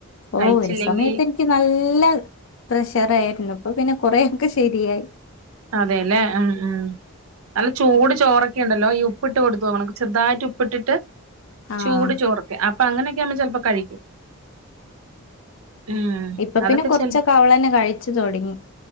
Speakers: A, on the left (about 65°); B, on the right (about 75°).
A: ഓഹ്
B: കഴിച്ചില്ലെങ്കി
A: ഒരു സമയത്ത് എനിക്ക് നല്ല പ്രഷറാരുന്നു ഇപ്പൊ പിന്നെ കൊറെയൊക്കെ ശരിയായി
B: അതെല്ലേ ഉം ഉം നല്ല ചൂട് ചോറൊക്കെണ്ടല്ലോ ഈ ഉപ്പിട്ട് കൊടുത്ത് നോക്കണം ചെറുതായിട്ട് ഉപ്പിട്ടിട്ട്
A: ആഹ്
B: ചൂട് ചോറൊക്കെ അപ്പം അങ്ങനെക്കെ ആവുമ്പം ചെലപ്പം കഴിക്കും ഉം
A: ഇപ്പ
B: അതൊക്കെ
A: പിന്നെ കുറച്ചൊക്കെ
B: ചെൽ
A: അവളന്നെ കഴിച്ച് തൊടങ്ങി